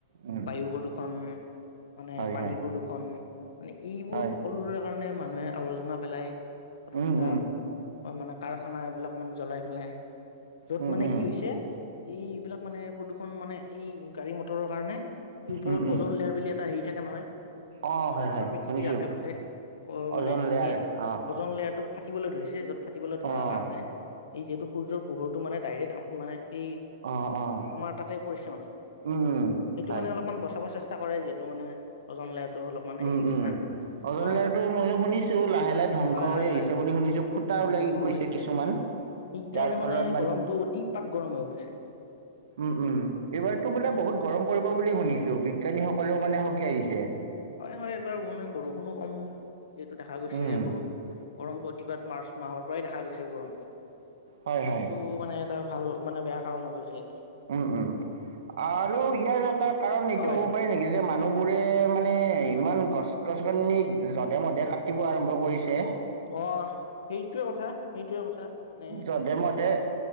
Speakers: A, on the right; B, on the left.
A: উম,
B: বায়ু প্ৰদূষণ, মানে
A: হয়,
B: পানী
A: হয়,
B: প্ৰদূষণ। মানে এইবোৰ
A: হয়,
B: সকলোৰে কাৰণে মানুহে আৱৰ্জনা পেলাই প্ৰথম
A: উম,
B: কথা।
A: উম,
B: অ মানে কাৰখানা এইবিলাক মানে জ্বলাই পেলাই য'ত
A: উম,
B: মানে
A: উম,
B: কি হৈছে এইবিলাক মানে প্ৰদূষণ মানে এই গাড়ী, মটৰৰ কাৰণে ই ওপৰত
A: উম, উম,
B: অজন লেয়াৰ বুলি এটা হেৰি থাকে নহয়
A: অ', হয়,
B: মানে
A: হয়,
B: আমাৰ পৃথিৱীৰ
A: শুনিছোঁ
B: আশে-পাশে অ
A: অজন
B: মানে
A: লেয়াৰ
B: সেই
A: অ',
B: অজ অজন লেয়াৰটো ফাটিবলৈ ধৰিছে য'ত ফাটিবলৈ ধৰাৰ
A: অ',
B: কাৰণে এই যিহেতু সূৰ্যৰ পোহৰটো মানে ডাইৰেক্ট মানে সেই
A: অ', অ'।
B: আমাৰ তাতে পৰিছে মানে।
A: উম উম
B: সেইটো
A: হয়
B: মানে অলপমান বচাব চেষ্টা কৰে যিহেতু মানে অজন লেয়াৰটো অলপমান
A: উম
B: হেৰি নিচিনা।
A: উম অজন
B: অ
A: লেয়াৰতো মইয়ো শুনিছোঁ লাহে-লাহে ধ্বংস
B: হয়
A: হৈ
B: হয়
A: আহিছে
B: হয়
A: বুলি শুনিছোঁ। ফুটা
B: ধ্বংস
A: ওলাই গৈছে
B: হৈছে
A: কিছুমান।
B: সেইকাৰণে
A: যাৰ ফলত
B: মানে গৰমটো অতি পাত গৰম হৈ গৈছে।
A: উম-উম! এইবাৰতো বোলে বহুত গৰম পৰিব বুলি শুনিছোঁ। বিজ্ঞানীসকলেও মানে সকিয়াই দিছে।
B: হয়-হয়! এইবাৰ মানে বৰষুণো কম যিহেতু দেখা গৈছে
A: উম
B: বৰ গৰমটো অতিপাত মাৰ্চ মাহৰ পৰাই দেখা গৈছে গৰমটো।
A: হয় হয়
B: তো মানে এটা ভাল মানে বেয়া কাৰণ হৈছে এইটো।
A: উম-উম! আৰু ইয়াৰ এটা কাৰণ এইটো
B: হয়
A: হ'ব পাৰে নেকি যে মানুহবোৰে মানে মানে ইমান গছ-গছনি যধে-মধে কাটিব আৰম্ভ কৰিছে।
B: অঁ! সেইটোৱেই কথা। সেইটোৱে কথা মানে
A: যধে-মধে